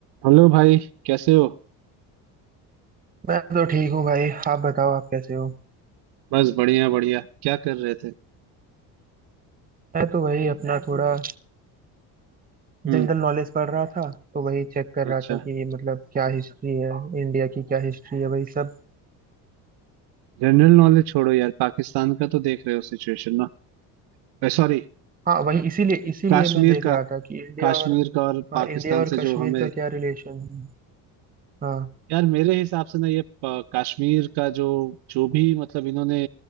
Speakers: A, on the right; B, on the right.
A: Hello भाई कैसे हो
B: मैं तो ठीक हूँ भाई आप बताओ आप कैसे हो
A: बस बढ़िया बढ़िया क्या कर रहे थे
B: मैं तो वही अपना मैं थोड़ा
A: हम्म
B: जनरल नॉलेज पढ़ रहा था तो वही चेक कर
A: अच्छा
B: रहा था कि मतलब क्या हिस्ट्री है इंडिया की क्या हिस्ट्री है वही सब
A: जनरल नॉलेज छोड़ो यार पाकिस्तान का तो देख रहे हो सिचुएशन ना सॉरी
B: हाँ वही इसीलिए इसीलिए
A: कश्मीर
B: मैं देख
A: का
B: रहा था कि इंडिया
A: कश्मीर
B: और
A: का और पाकिस्तान
B: हाँ इंडिया और
A: से जो
B: कश्मीर
A: हमें
B: का क्या रिलेशन है हाँ
A: यार मेरे हिसाब से ना ये अ, कश्मीर का जो जो भी मतलब इन्होंने